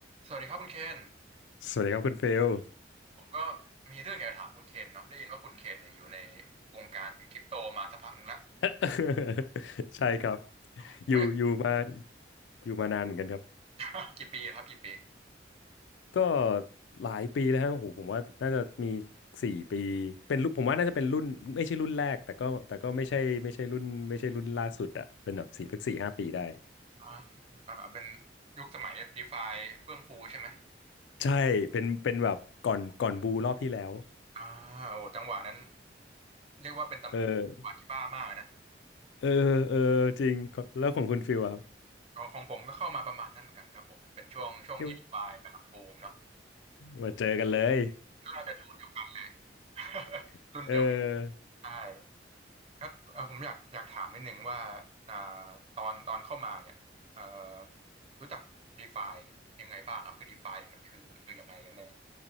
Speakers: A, on the right (about 35°); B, on the left (about 85°).
A: สวัสดีครับคุณเคน
B: สวัสดีครับคุณเฟล
A: ผมก็มีเรื่องอยากจะถามคุณเคนเนาะได้ยินว่าคุณเคนเนี่ยอยู่ในวงการคริปโตมาสักพักหนึ่งแล้ว
B: <laughs> ใช่ครับ
A: ผมผมก็อยาก
B: อยู่อยู่มาอยู่มานานเหมือนกันครับ
A: <laughs> กี่ปีครับกี่ปี
B: ก็หลายปีแล้วฮะโอ้โหผมว่าน่าจะมีสี่ปีเป็นรุ่นผมว่าน่าจะเป็นรุ่นไม่ใช่รุ่นแรกแต่ก็แต่ก็ไม่ใช่ไม่ใช่รุ่นไม่ใช่รุ่นล่าสุดอะเป็นแบบสี่สักสี่ห้าปีได้
A: อ่าอ่าเป็นยุคสมัยดีฟาเฟื่องฟูใช่ไหม
B: ใช่เป็นเป็นแบบก่อนก่อนบูรอบที่แล้ว
A: อ่าโอ้จังหวะนั้นเรียกว่าเป็นจังหวะที่บ้ามากนะ
B: เออเออเออจริงแล้วของคุณฟิลอะครับ
A: ของของผมก็เข้ามาประมาณนั้นเหมือนกันครับผมเป็นช่วงช่วงที่ดีฟากำลังบูมเนาะ
B: เี่ยวมาเจอกันเลย
A: ช่วงน่าจะช่วงเดียวกัน <laughs>
B: <laughs>
A: รุ่นเดียวกัน
B: เออ
A: ใช่ ก็เออผมอยากอยากถามนิดนึงว่าอ่าตอนตอนเข้ามาเนี่ยเอ่อรู้จัก DeFi ยังไงบ้างครับคือ DeFi เนี่ยมันคือคือยังไงกันแน่